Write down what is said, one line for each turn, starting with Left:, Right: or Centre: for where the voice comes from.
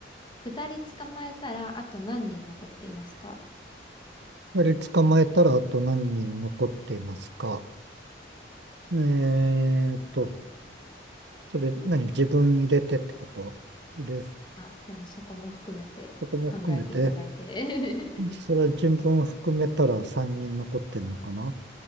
Left: 2人捕まえたら、あと何人残っていますか
Right: 二人捕まえたらあと何人残っていますかえーっと、それ何自分入れてってことです。
Left: あ、でもそこも含めて考えていただいて。
Right: そこも含めて、それは自分含めたら3人残ってんのかな